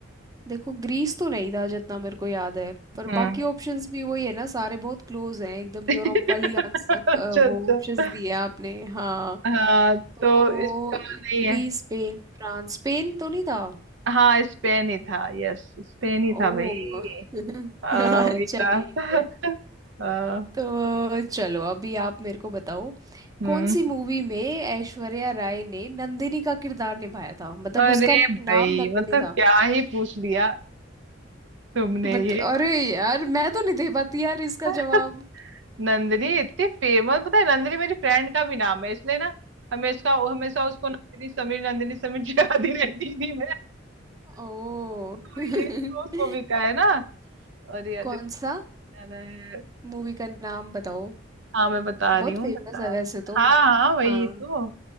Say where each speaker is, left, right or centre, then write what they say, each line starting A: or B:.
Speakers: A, on the right; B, on the right.
A: देखो ग्रीस तो नहीं था जितना मेरे को याद है पर
B: हम्म
A: बाकी ऑप्शंस भी वही है ना सारे बहुत क्लोज हैं एकदम
B: <laughs>
A: यूरोप वाले आंसर
B: अच्छा
A: वो
B: अच्छा
A: ऑप्शंस दिए आपने हाँ
B: हाँ
A: तो
B: तो इसका
A: इटली
B: नहीं है
A: स्पेन फ्रांस स्पेन तो नहीं था
B: हाँ स्पेन ही था यस स्पेन ही था
A: ओ
B: भाई
A: <laughs>
B: हाँ वही
A: अच्छा
B: था
A: ठीक
B: <laughs>
A: है
B: हाँ,
A: तो चलो अभी आप मेरे को बताओ
B: हम्म
A: कौन सी मूवी में ऐश्वर्या राय ने नंदिनी का किरदार निभाया था मतलब
B: अरे
A: उसका
B: भाई
A: नाम नंदिनी
B: मतलब
A: था
B: क्या ही पूछ लिया तुमने
A: बत
B: ये
A: अरे यार मैं तो नहीं दे पाती यार इसका
B: <laughs>
A: जवाब
B: नंदनी इतनी फेमस पता है नंदनी मेरी फ्रेंड का भी नाम है इसलिए ना हमेशा हमेशा उसको नंदनी समीर नंदनी समीर <laughs> याद ही रहती थी मैं
A: ओ
B: तो
A: <laughs>
B: ये तो उसको भी का है ना अरे यार देखो
A: कौन सा
B: यार है।
A: मूवी का नाम बताओ
B: हाँ मैं बता
A: बहुत
B: रही हूँ
A: फेमस
B: बता
A: है वैसे तो
B: हाँ हाँ वही
A: हाँ
B: तो